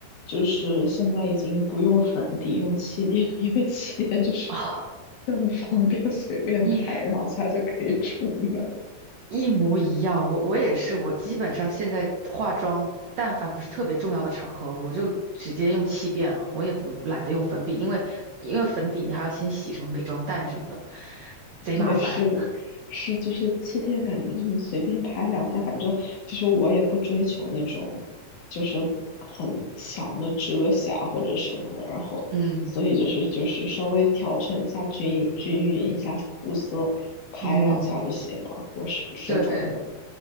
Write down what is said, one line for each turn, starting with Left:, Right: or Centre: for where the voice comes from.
Left: 就是现在已经不用粉底，用气垫，<laughs> 因为气垫就是
Right: 啊，
Left: 更方便，随便拍两下就可以出门。
Right: <laughs> 耶一模一样，我我也是，我基本上现在化妆，但凡不是特别重要的场合，我就直接用气垫了，我也不懒得用粉笔，因为因为粉底你还要先洗什么美妆蛋什么的，贼麻烦。
Left: 对，是是，就是气垫，感觉就你随便拍两下，反正就是我也不追求那种就是很强的遮瑕或者什么的，然后所以就是就是稍微调整一下均均匀一下肤色，
Right: 嗯
Left: 拍两下就行了。
Right: 嗯，
Left: 我是这种的，
Right: 对，